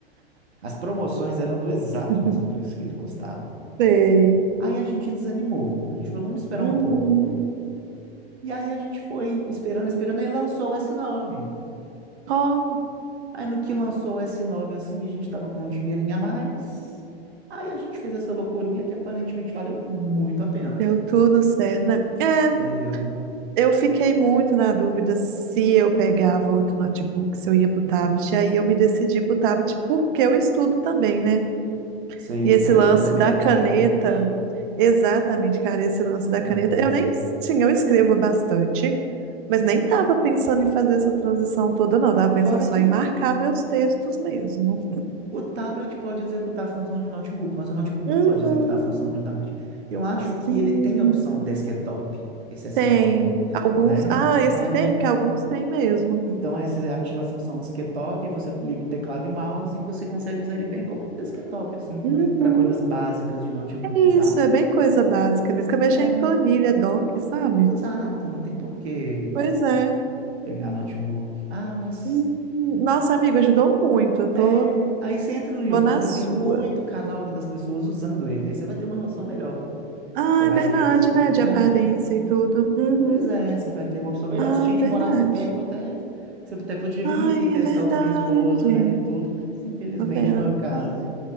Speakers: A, on the right; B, on the right.
A: As promoções eram do exato
B: <laughs>
A: mesmo preço que ele custava.
B: Sei.
A: Aí a gente desanimou. A gente falou, vamos esperar
B: Uhum.
A: um pouco. E aí a gente foi esperando, esperando, aí lançou o s nove.
B: Ó,
A: Aí no que lançou o S9 assim, a gente tava com um dinheirinho a mais. Aí a gente fez essa loucurinha que aparentemente valeu muito a pena, assim.
B: deu tudo certo, né? É,
A: Deu.
B: eu fiquei muito na dúvida se eu pegava outro notebook, se eu ia pro tablet. E aí eu me decidi pro tablet porque eu estudo também, né?
A: Sei,
B: E esse
A: para
B: lance
A: estudo é melhor
B: da caneta,
A: que notebook.
B: exatamente, cara, esse lance da caneta,
A: É.
B: eu nem tinha, eu escrevo bastante, mas nem tava pensando em fazer essa transição toda, não. Eu tava pensando
A: Fora
B: só
A: que
B: em marcar meus textos mesmo.
A: o tablet pode executar a função de um notebook, mas o notebook
B: Uhum.
A: não pode executar a função de um tablet. Eu acho
B: Sim,
A: que ele tem a opção desktop, esse S9,
B: tem alguns.
A: né?
B: Ah, esse
A: É.
B: tem, porque alguns tem mesmo.
A: Então, essa é ativa a função desktop, você liga o teclado e o mouse e você consegue usar ele bem como desktop, assim,
B: Uhum.
A: para coisas básicas de notebook,
B: É
A: sabe?
B: isso, é bem coisa básica mesmo. Que eu mexi
A: É,
B: em planilha, doc, sabe?
A: exato, não tem por que
B: Pois é.
A: pegar notebook. Ah, mas
B: Hum, nossa, amiga, ajudou muito. Eu tô,
A: é... aí você entra no YouTube,
B: tô na sua.
A: tem muito canal das pessoas usando ele, aí você vai ter uma noção melhor.
B: Ah,
A: Você vai
B: é verdade,
A: ver assim,
B: né? De
A: é.
B: aparência e tudo. Uhum.
A: Pois é, você vai ter uma opção melhor.
B: Ah,
A: Se a gente
B: verdade.
A: morasse perto, até você até podia
B: Ai,
A: vir aqui testar
B: é verdade.
A: o da minha esposa, né? E tudo, mas infelizmente
B: Uma pena.
A: não é o caso.